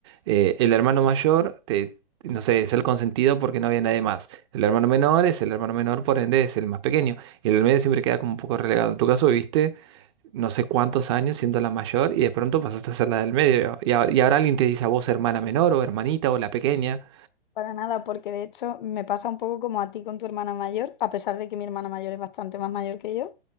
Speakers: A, on the right; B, on the left.
A: eh, el hermano mayor, te, no sé, es el consentido porque no había nadie más. El hermano menor es el hermano menor, por ende es el más pequeño. Y en el medio siempre queda como un poco relegado. En tu caso viviste no sé cuántos años siendo la mayor y de pronto pasaste a ser la del medio. Y ahora, y ahora alguien te dice a vos hermana menor o hermanita o la pequeña.
B: Para nada, porque de hecho me pasa un poco como a ti con tu hermana mayor, a pesar de que mi hermana mayor es bastante más mayor que yo,